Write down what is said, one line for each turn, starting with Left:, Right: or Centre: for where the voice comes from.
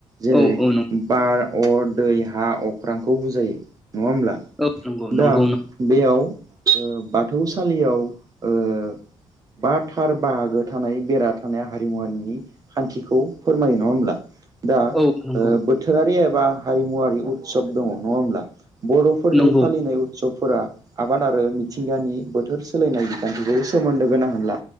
Right: जेरै
Centre: औ औ नंगौ
Right: बार, अर, दै, हा, अख्रांखौ बुजायो नङा होमब्ला?
Centre: औ नंगौ नंगौ
Right: दा
Centre: नं-
Right: बेयाव ओ बाथौसालियाव ओ बा थार बाहागो थानाय बेरा थानाय हारिमुवारिनि खान्थिखौ फोरमायो नङा होमब्ला? दा
Centre: औ नंगौ
Right: ओ बोथोरारि बा हारिमुवारि उत्सब दङ नङा होमब्ला? ब फोरनि
Centre: नंगौ
Right: फालिनाय उत्सबफोरा आबाद आरो मिथिंगानि बोथोर सोलायनाय बिान्थिखौ सोमोन्दो गोनां होनला